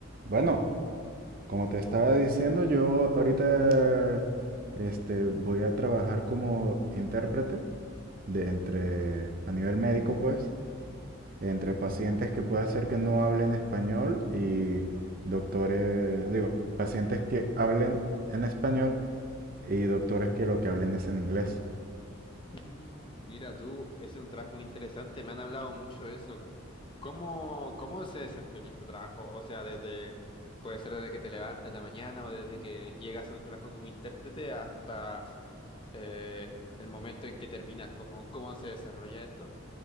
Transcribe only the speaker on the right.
Bueno, como te estaba diciendo, yo ahorita este, voy a trabajar como intérprete de entre, a nivel médico pues, entre pacientes que puede ser que no hablen español y doctores, digo, pacientes que hablen en español y doctores que lo que hablen es en inglés.